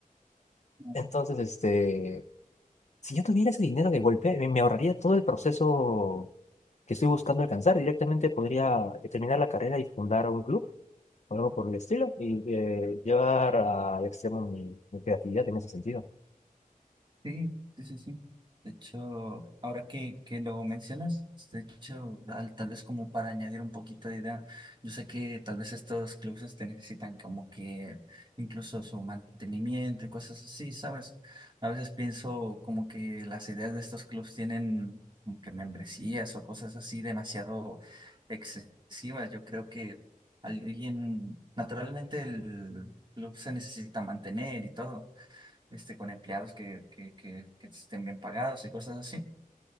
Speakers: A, on the right; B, on the left.
A: claro.
B: Entonces, este, si yo tuviera ese dinero de golpe, me me ahorraría todo el proceso que estoy buscando alcanzar. Directamente podría eh, terminar la carrera y fundar un club. o algo por el estilo, y eh, llevar al extremo mi, mi creatividad en ese sentido.
A: Sí, sí, sí, sí. De hecho, ahora que, que lo mencionas, de hecho, al- tal vez como para añadir un poquito de idea, yo sé que tal vez estos clubes este, necesitan como que incluso su mantenimiento y cosas así, ¿sabes? A veces pienso como que las ideas de estos clubes tienen como que membresías o cosas así demasiado excesivas. Yo creo que alguien, naturalmente el club se necesita mantener y todo este, con empleados que, que, que, que estén bien pagados y cosas así.